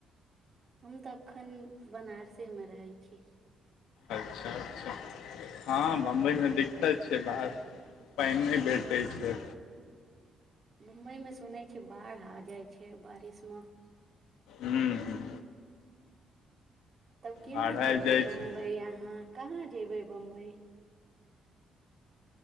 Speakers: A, on the right; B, on the left.
A: हम तऽ एखन बनारसे मे रहै छी
B: अच्छा अच्छा हँ बम्बइ मे दिक्कत छै बाहर पानि नय भेटैत छै
A: बम्बई मे सुनै छ बाढ़ आ जाइ छै बारिश मे
B: हू ह
A: तब केना
B: बाढ़ि
A: रहबे
B: आबि जाइ
A: वहा
B: छै
A: बम्बई अहाँ कहाँ जेबे बम्बई